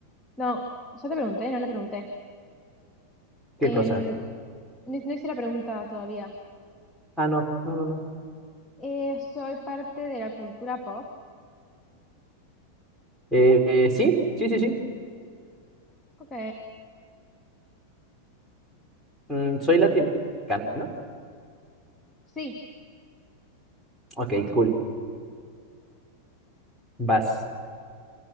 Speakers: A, on the left; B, in the centre.
A: no, ya te pregunté, no le pregunté.
B: ¿Qué
A: Em,
B: cosa?
A: no, no hice la pregunta todavía.
B: Ah, no, no, no, no.
A: Eh, soy parte de la cultura pop.
B: Eh, eh, sí, sí, sí, sí.
A: Ok.
B: Mm, soy latinoamericano, ¿no?
A: Sí.
B: Ok, cool. Vas.